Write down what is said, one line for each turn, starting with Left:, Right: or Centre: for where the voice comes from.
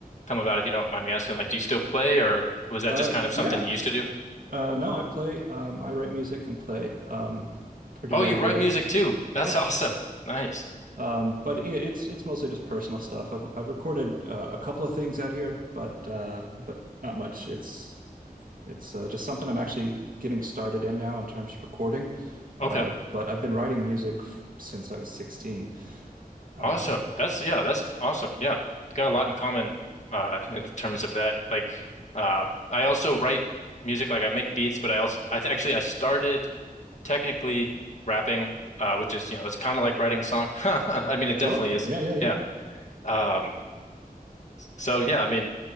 Left: come about, if you don't mind me asking? Like, do you still play, or was that
Right: Uh,
Left: just kind of something
Right: yeah.
Left: you used to do?
Right: Uh, no, I play. Um, I write music and play um, pretty
Left: Oh,
Right: regularly.
Left: you write music too. That's
Right: Yeah.
Left: <laughs> awesome. Nice.
Right: Um, but yeah, it's it's mostly just personal stuff. I've I've recorded uh, a couple of things out here, but uh, but not much. It's it's uh, just something I'm actually getting started in now in terms of recording.
Left: Okay.
Right: Uh, but I've been writing music f- since I was 16. Um,
Left: Awesome. That's yeah, that's awesome. Yeah. Got a lot in common uh in terms of that. Like uh I also write music, like I make beats, but I also I th actually I started technically rapping, uh which is, you know, it's kind of like writing a song. <laughs> I mean, it
Right: Sure.
Left: definitely is.
Right: Yeah, yeah, yeah.
Left: Yeah. Um so yeah, I mean,